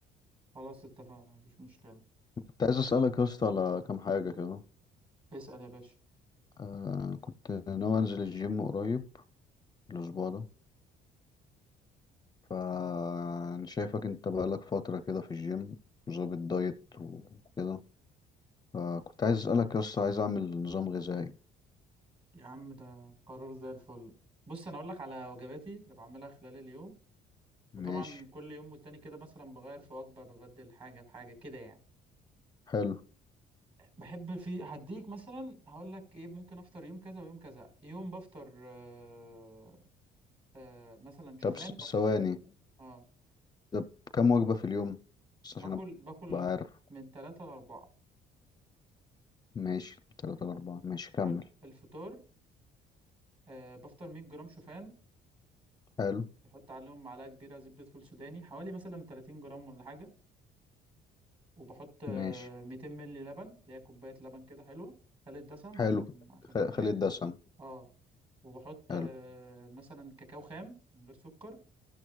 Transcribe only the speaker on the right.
خلاص اتفقنا مفيش مشكلة
اسأل يا باشا
يا عم ده قرار زي الفل بص انا اقول لك على وجباتي اللي بعملها خلال اليوم
وطبعا كل يوم والتاني كده مثلا بغير في وجبه ببدل حاجه بحاجه كده يعني
بحب في هديك مثلا هقول لك ايه ممكن افطر يوم كذا ويوم كذا يوم بفطر آه آه مثلا شوفان
بح...
اه
باكل
باكل
من ثلاثة لأربعة
حلو الفطار آه بفطر 100 جرام شوفان
بحط عليهم معلقه كبيره زبده فول سوداني حوالي مثلا 30 جرام ولا حاجه وبحط آه،
200 مللي لبن اللي هي كوباية لبن كده حلوة خالي الدسم
عشان عشان
الدايت
اه وبحط
آه، مثلا كاكاو خام من غير سكر